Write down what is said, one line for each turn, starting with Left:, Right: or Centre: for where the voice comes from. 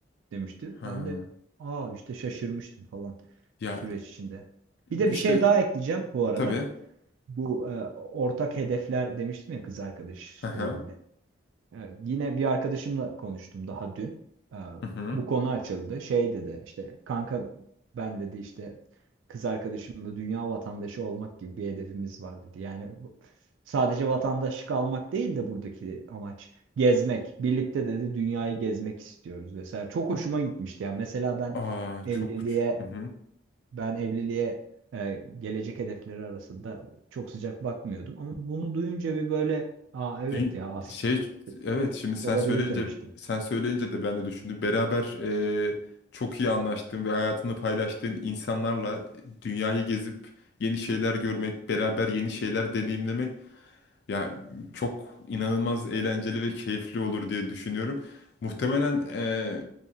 Right: demişti.
Left: Ha.
Right: Ben de aa işte şaşırmıştım falan
Left: Ya
Right: süreç içinde. Bir de
Left: işte
Right: bir şey daha ekleyeceğim bu arada.
Left: tabii.
Right: Bu e, ortak hedefler demiştim ya kız arkadaşla
Left: Hı hı.
Right: ilgili. Evet, yine bir arkadaşımla konuştum daha dün. Ee,
Left: Hı hı.
Right: bu konu açıldı. Şey dedi işte kanka ben dedi işte kız arkadaşımla dünya vatandaşı olmak gibi bir hedefimiz var dedi. Yani bu- sadece vatandaşlık almak değil de buradaki amaç gezmek. Birlikte dedi dünyayı gezmek istiyoruz vesaire. Çok hoşuma gitmişti. Yani mesela ben
Left: Aa
Right: evliliğe
Left: çok uç. Hı hı.
Right: ben evliliğe e, gelecek hedefleri arasında çok sıcak bakmıyordum. Ama bunu duyunca bir böyle aa evet
Left: Dün-
Right: ya aslında.
Left: şey evet şimdi sen
Right: Olabilir
Left: söyleyince
Right: demiştim.
Left: sen söyleyince de ben de düşündüm. Beraber e, çok iyi anlaştığın ve hayatını paylaştığın insanlarla dünyayı gezip yeni şeyler görmek, beraber yeni şeyler deneyimlemek Ya çok inanılmaz eğlenceli ve keyifli olur diye düşünüyorum. Muhtemelen eee,